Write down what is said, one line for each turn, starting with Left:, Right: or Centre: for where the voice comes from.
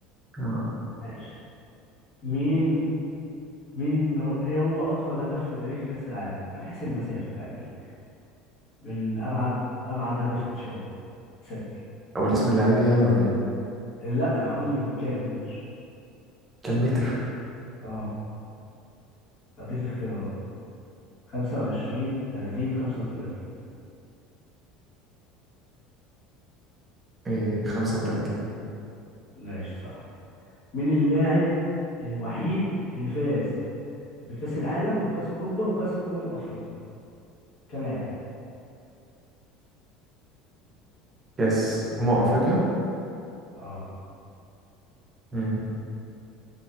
Right: آه،
Left: ماشي مم. مين مين هو ايه هو اطول هدف في تاريخ كأس العالم من حيث المسافة يعني من ابعد ابعد هدف اتشاط تسجل
Right: أول اسم اللعيب يعني ولا إيه؟
Left: لا قول لي من كام متر
Right: كم متر؟
Left: اه اديك اختيارات 25 30 35
Right: إيه خمسة وتلاتين
Left: ماشي صح مين اللاعب الوحيد اللي فاز بكأس العالم وكأس اوروبا وكأس امم افريقيا كلاعب
Right: كأس أمم أفريقيا
Left: اه
Right: مم.